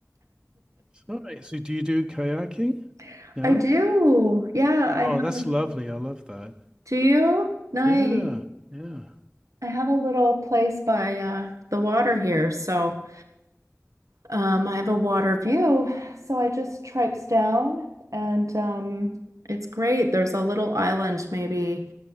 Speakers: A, on the right (about 15°); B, on the right (about 85°).
A: So, so do you do kayaking?
B: <laughs>
A: No?
B: I do. Yeah,
A: Oh,
B: I have.
A: that's lovely. I love that.
B: Do you? Nice.
A: Yeah, yeah.
B: I have a little place by uh, the water here, so um, I have a water view. So I just traipse down, and um, it's great. There's a little island, maybe